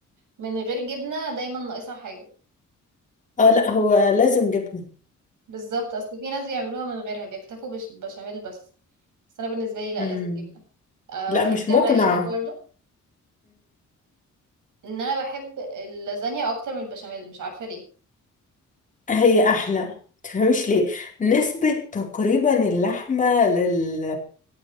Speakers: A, on the right (about 75°); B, on the left (about 25°).
A: من غير جبنه دايما ناقصها حاجه
B: اه لا هو لازم جبنه
A: بالظبط اصل في ناس بيعملوها من غيرها بيكتفوا بش- بشاميل بس بس انا بالنسبه لي لا
B: مم.
A: لازم جبنه آه
B: لا
A: وفي
B: مش
A: حاجه
B: مقنعه
A: غريبه برضو ان انا بحب اللازانيا اكتر من البشاميل مش عارفه ليه
B: هي احلى تفهمش ليه نسبة تقريبا اللحمة لل